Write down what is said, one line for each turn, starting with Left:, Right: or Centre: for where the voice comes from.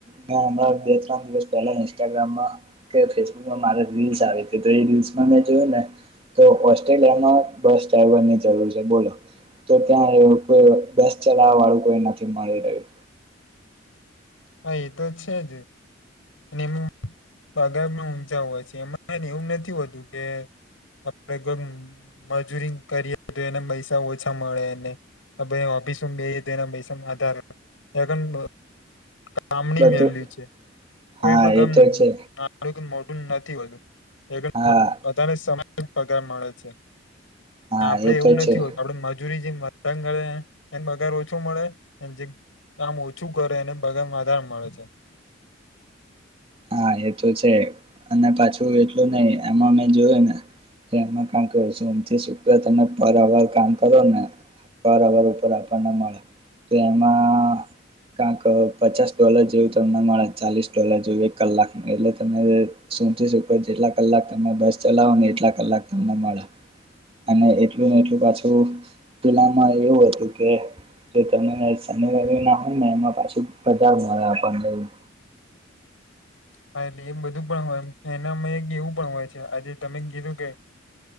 Right: મે હમણાં જ બે ત્રણ દિવસ પહેલા ઇન્સ્ટાગ્રામમાં કે ફેસબુકમાં મારે રીલ્સ આવી હતી, તો એ રીલ્સમાં મેં જોયું ને તો ઓસ્ટ્રેલિયામાં બસ ડ્રાઈવર ની જરૂર છે બોલો. તો ત્યાં એવું કે કોઈ બસ ચલાવવા વાળું કોઈ નથી મળી રહ્યું.
Left: હા એ તો છે જ. અને એમનું પગાર પણ ઊંચા હોય છે. એમાં <unintelligible> એવું નથી હોતું કે આપણે મજૂરી કરીએ તો એના પૈસા ઓછા મળેને, આપણે ઓફિસમાં બેહી તો એના પૈસામાં વધારે <unintelligible> કામની
Right: બધું
Left: વેલ્યું છે. કોઈ
Right: હા
Left: પણ
Right: એ તો છે
Left: કામ <unintelligible> મોટુંન નથી હતું. <unintelligible>
Right: હા
Left: બધાને સમય <unintelligible> પગાર મળે છે.
Right: હા
Left: આપડે
Right: એ
Left: એવું
Right: તો
Left: નથી
Right: છે
Left: હોતું, આપડે મજૂરી <unintelligible> ે એને પગાર ઓછો મળે જે કામ ઓછું કરે એને બગારમાં આધાર મળે છે.
Right: હા એ તો છે અને પાછું એટલું નહ એમાં મેં જોયું ને એમાં કંક સોમથી શુક્ર તમે પર અવર કામ કરો ને પર અવર ઉપર આપણને મળે, તો એમાં કક પચાસ ડોલર જેવું તમને મળે ચાલીસ ડોલર જેવું કલાક એટલે તમે શથી શકો જેટલા કલાક તમે બસ ચલાવો, ને એટલા કલાક તમને મળ્યા અને એટલું ને એટલું પાછું પેલામાં એવું હતું કે ત શનિવા ના હોય ને એમાં પાછ બજાર મળેણને
Left: હા એટલે એમ બધું પણ હોય એનામાં એક એવું પણ હોય છે, આજે તમે કીધું કે